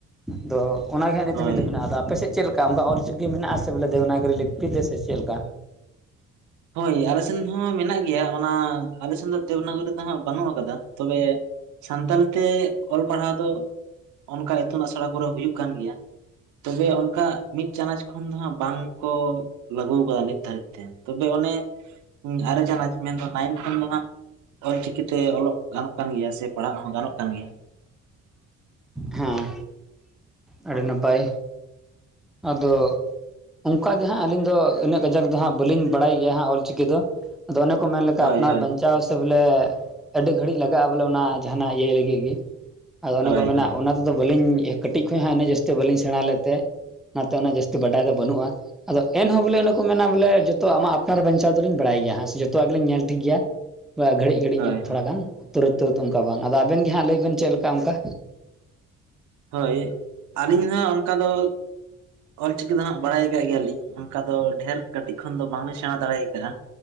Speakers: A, in the centre; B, on the right.
A: ᱟᱫᱚ ᱚᱱᱟᱜᱮ
B: ᱦᱳᱭ
A: ᱥᱩᱵᱤᱫᱟ ᱢᱮᱱᱟᱜᱼᱟ, ᱟᱫᱚ ᱟᱯᱮᱥᱮᱫ ᱪᱮᱫ ᱞᱮᱠᱟ ᱚᱱᱠᱟ ᱚᱞ ᱪᱤᱠᱤ ᱢᱮᱱᱟᱜᱼᱟ ᱥᱮ ᱵᱚᱞᱮ ᱫᱮᱣᱱᱟᱜᱨᱤ ᱞᱤᱯᱤ ᱛᱮ ᱥᱮ ᱪᱮᱫ ᱞᱮᱠᱟ?
B: ᱦᱳᱭ ᱟᱞᱮ ᱥᱮᱱ ᱦᱚᱸ ᱢᱮᱱᱟᱜ ᱜᱮᱭᱟ ᱚᱱᱟ ᱟᱞᱮ ᱥᱮᱱ ᱫᱚ ᱫᱮᱣᱱᱟᱜᱨᱤ ᱫᱚ ᱦᱟᱸᱜ ᱵᱟᱹᱱᱩᱜ ᱟᱠᱟᱫᱟ ᱛᱚᱵᱮ ᱥᱟᱱᱛᱟᱞᱤ ᱛᱮ ᱚᱞ ᱯᱟᱲᱦᱟᱣ ᱫᱚ ᱚᱱᱠᱟ ᱤᱛᱩᱱ ᱟᱥᱲᱟ ᱠᱚᱨᱮ ᱦᱩᱭᱩᱜ ᱠᱟᱱ ᱜᱮᱭᱟ ᱛᱚᱵᱮ ᱚᱱᱠᱟ ᱢᱤᱫ ᱪᱟᱱᱟᱪ ᱠᱷᱚᱱ ᱫᱚ ᱦᱟᱸᱜ ᱵᱟᱝ ᱠᱚ ᱞᱟᱹᱜᱩ ᱟᱠᱟᱫᱟ ᱱᱤᱛ ᱫᱷᱟᱹᱨᱤᱡ ᱛᱮ ᱛᱚᱵᱮ ᱚᱱᱮ ᱟᱨᱮ ᱪᱟᱱᱟᱪ ᱢᱮᱱᱫᱚ ᱱᱟᱭᱤᱱ ᱠᱷᱚᱱ ᱫᱚ ᱦᱟᱸᱜ ᱚᱞ ᱪᱤᱠᱤ ᱛᱮ ᱚᱞᱚᱜ ᱜᱟᱱᱚᱜ ᱠᱟᱱ ᱜᱮᱭᱟ ᱥᱮ ᱯᱟᱲᱦᱟᱜ ᱦᱚᱸ ᱜᱟᱱᱚᱜ ᱠᱟᱱ ᱜᱮᱭᱟ ᱾
A: ᱦᱮᱸ ᱟᱹᱰᱤ ᱱᱟᱯᱟᱭ ᱟᱫᱚ ᱚᱱᱠᱟ ᱜᱮ ᱦᱟᱸᱜ ᱟᱹᱞᱤᱧ ᱫᱚ ᱤᱱᱟᱹᱜ ᱜᱟᱡᱟᱠ ᱫᱚ ᱦᱟᱸᱜ ᱵᱟᱹᱞᱤᱧ ᱵᱟᱲᱟᱭ ᱜᱮᱭᱟ ᱦᱟᱸᱜ ᱚᱞ ᱪᱤᱠᱤ ᱫᱚ, ᱟᱫᱚ ᱚᱱᱮ ᱠᱚ ᱢᱮᱱ ᱞᱮᱠᱟ
B: ᱦᱳᱭ
A: ᱟᱯᱱᱟᱨ
B: ᱦᱳᱭ
A: ᱵᱟᱧᱪᱟᱣ ᱥᱮ ᱵᱚᱞᱮ ᱟᱹᱰᱤ ᱜᱷᱟᱹᱲᱤᱡ ᱞᱟᱜᱟᱜᱼᱟ ᱵᱚᱞᱮ ᱚᱱᱟ ᱡᱟᱦᱟᱱᱟᱜ ᱤᱭᱟᱹ ᱞᱟᱹᱜᱤᱫ ᱜᱮ ᱟᱫᱚ ᱚᱱᱮ
B: ᱦᱳᱭ
A: ᱠᱚ ᱢᱮᱱᱟ
B: ᱦᱳᱭ
A: ᱚᱱᱟ ᱛᱮᱫᱚ ᱵᱟᱹᱞᱤᱧ ᱠᱟᱹᱴᱤᱡ ᱠᱷᱚᱡ ᱦᱚᱸ ᱩᱱᱟᱹᱜ ᱡᱟᱹᱥᱛᱤ ᱵᱟᱹᱞᱤᱧ ᱥᱮᱬᱟ ᱞᱮᱫ ᱛᱮ ᱚᱱᱟᱛᱮ ᱩᱱᱟᱹᱜ ᱡᱟᱹᱥᱛᱤ ᱵᱟᱰᱟᱭ ᱫᱚ ᱵᱟᱹᱱᱩᱜᱼᱟ, ᱟᱫᱚ ᱮᱱᱦᱚᱸ ᱵᱚᱞᱮ ᱚᱱᱮ ᱠᱚ ᱢᱮᱱᱟ ᱵᱚᱞᱮ ᱡᱚᱛᱚ ᱟᱢᱟᱜ ᱟᱯᱱᱟᱨ ᱵᱟᱧᱪᱟᱣ ᱫᱚᱞᱤᱧ ᱵᱟᱲᱟᱭ ᱜᱮᱭᱟ ᱦᱟᱜ ᱥᱮ ᱡᱚᱛᱚᱣᱟᱜ ᱜᱮᱞᱤᱧ ᱧᱮᱞ ᱴᱷᱤᱠ ᱜᱮᱭᱟ ᱵᱟ ᱜᱷᱟᱹᱲᱤᱡ ᱜᱷᱟᱹᱲᱤᱡ
B: ᱦᱳᱭ
A: ᱧᱚᱜ ᱛᱷᱚᱲᱟ
B: ᱦᱳᱭ
A: ᱜᱟᱱ ᱛᱩᱨᱟᱹᱛ ᱛᱩᱨᱟᱹᱛ ᱚᱱᱠᱟ ᱵᱟᱝ ᱟᱫᱚ ᱟᱵᱮᱱ ᱜᱮ ᱦᱟᱸᱜ ᱞᱟᱹᱭ ᱵᱮᱱ ᱪᱮᱫ ᱞᱮᱠᱟ ᱚᱱᱠᱟ?
B: ᱦᱳᱭ ᱟᱹᱞᱤᱧ ᱦᱚᱸ ᱚᱱᱠᱟ ᱫᱚ ᱚᱞ ᱪᱤᱠᱤ ᱫᱚ ᱦᱟᱸᱜ ᱵᱟᱲᱟᱭ ᱟᱠᱟᱫ ᱜᱮᱭᱟᱞᱤᱧ ᱚᱱᱠᱟ ᱫᱚ ᱰᱷᱮᱨ ᱠᱟᱹᱴᱤᱡ ᱠᱷᱚᱱ ᱫᱚ ᱵᱟᱝᱞᱤᱧ ᱥᱮᱬᱟ ᱫᱟᱲᱮ ᱟᱠᱟᱟᱜᱼᱟ,